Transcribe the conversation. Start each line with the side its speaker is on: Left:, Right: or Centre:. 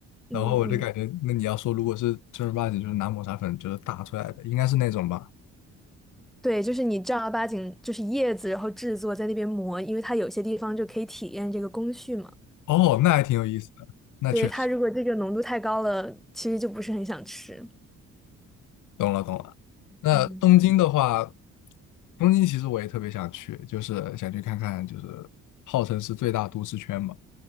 Centre: 嗯嗯，
Left: 然后我就感觉，那你要说如果是正儿八经就是拿抹茶粉就是打出来的，应该是那种吧？
Centre: 对，就是你正儿八经就是叶子，然后制作在那边磨，因为它有些地方就可以体验这个工序嘛。
Left: 哦，那还挺有意思的，那确实
Centre: 对，它如果这个浓度太高了，其实就不是很想吃。
Left: 懂了懂了。那东京的话，
Centre: 嗯。
Left: 东京其实我也特别想去，就是想去看看，就是号称是最大都市圈嘛，